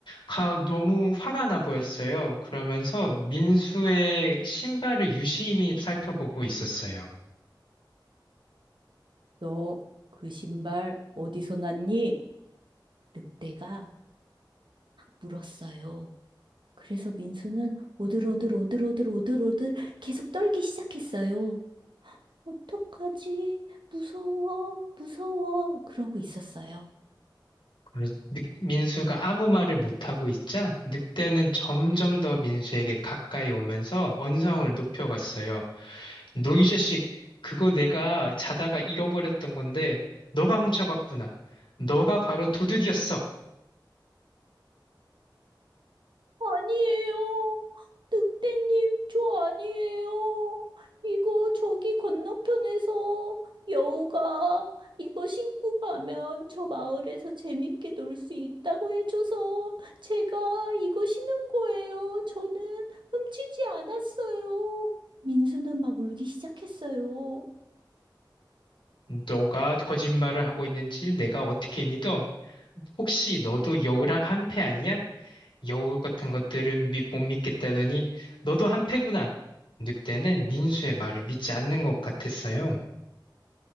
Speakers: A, on the left; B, on the right.
A: 가- 너무 화가 나 보였어요. 그러면서 민수의 신발을 유심히 살펴보고 있었어요.
B: 너 그 신발 어디서 났니? 늑대가 물었어요. 그래서 민수는 오들오들 오들오들 오들오들 계속 떨기 시작했어요. 어떡하지? 무서워, 무서워. 그러고 있었어요.
A: 그래서 늑- 민수가 아무 말을 못하고 있자 늑대는 점점 더 민수에게 가까이 오면서 언성을 높여갔어요. 너 이 자식, 그거 내가 자다가 잃어버렸던 건데 너가 훔쳐갔구나. 너가 바로 도둑이었어.
B: 아니에요. 늑대님, 저 아니에요. 이거 저기 건너편에서 여우가 이거 신고 가면 저 마을에서 재밌게 놀 수 있다고 해줘서 제가 이거 신은 거예요. 저는 훔치지 않았어요. 민수는 막 울기 시작했어요.
A: 너가 거짓말을 하고 있는지 내가 어떻게 믿어? 혹시 너도 여우랑 한패 아니야? 여우 같은 것들은 믿, 못 믿겠다더니 너도 한패구나. 늑대는 민수의 말을 믿지 않는 것 같았어요.